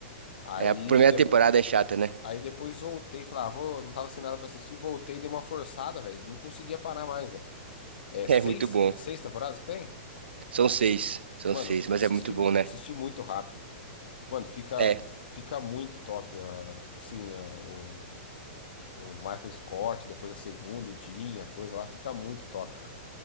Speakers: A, on the left; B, on the right.
A: Aí,
B: É, a primeira
A: de-
B: temporada é chata, né?
A: aí depois voltei, falei, ah, vou, não tava sem nada pra assistir, voltei, dei uma forçada, velho. Não conseguia parar mais, velho. É seis?
B: É muito bom.
A: É seis temporadas que tem?
B: São seis. São
A: Mano,
B: seis, mas
A: eu assisti,
B: é muito bom, né?
A: assisti muito rápido. Mano, fica,
B: É,
A: fica muito top, ah, tipo assim, ah, o O Michael Scott, depois a segunda, o Jim, a coisa lá fica muito top, cara.